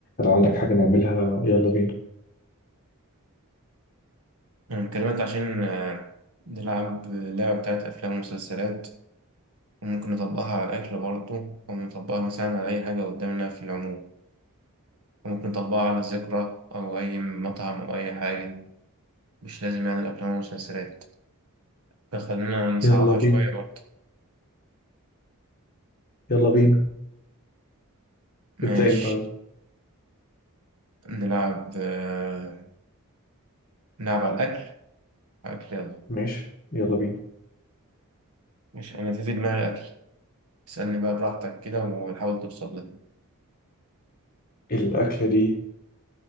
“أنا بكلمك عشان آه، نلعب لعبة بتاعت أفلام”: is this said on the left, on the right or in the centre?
Right